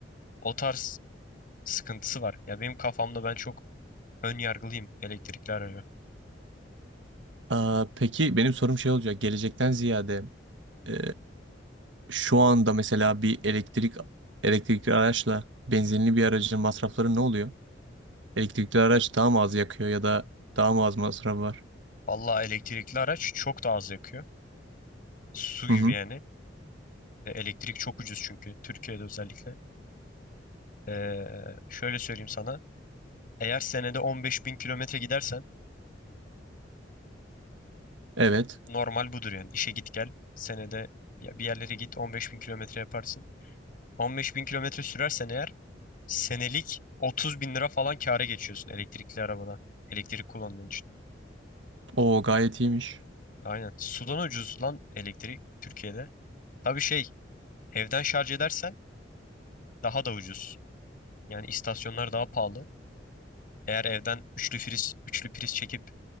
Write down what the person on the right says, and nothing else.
Aa, peki benim sorum şey olacak. Gelecekten ziyade e, şu anda mesela bir elektrik elektrikli araçla benzinli bir aracın masrafları ne oluyor? Elektrikli araç daha mı az yakıyor ya da daha mı az masraf var?
Hı
hı.
Evet.
O gayet iyiymiş.